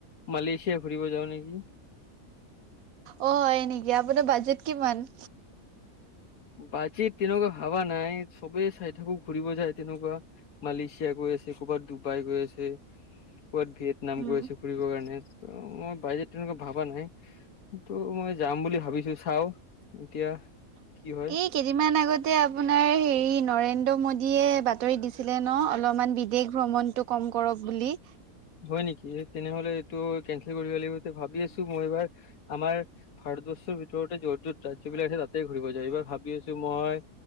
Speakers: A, on the left; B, on the right.
A: মালয়েছিয়া ঘুৰিব যাও নেকি
B: অ', হয় নেকি, আপোনাৰ বাজেট কিমান?
A: বাজেট তেনেকুৱা ভাৱা নাই, চবে চাই থাকো ঘুৰিব যাই তেনেকুৱা। মালয়েছিয়া গৈ ক'বাত ডুবাই গৈ আছে, ক'বাত ভিয়েটনাম
B: উম
A: গৈ আছে ফুৰিবৰ কাৰণে ত' মই বাজেট তেনেকুৱা ভাবা নাই। কিন্তু মই যাম বুলি ভাবিছো চাও, এতিয়া
B: <inaudible>
A: কি হয়
B: কেইদিনমান আগতে আপোনাৰ হেৰি নৰেন্দ্ৰ মোদীয়ে বাতৰি দিছিলে ন' অলপমান বিদেশ ভ্ৰমণ টো কম কৰক বুলি।
A: হয় নেকি? তেনেহ'লে এইটোও কেনচেল কৰিব লাগিব। ভাবি আছো মই এইবাৰ আমাৰ ভাৰতবৰ্ষৰ ভিতৰতে যত-যত ৰাজ্যবিলাক আছে তাতে ঘুৰিব যায় এইবাৰ ভাবি আছো মই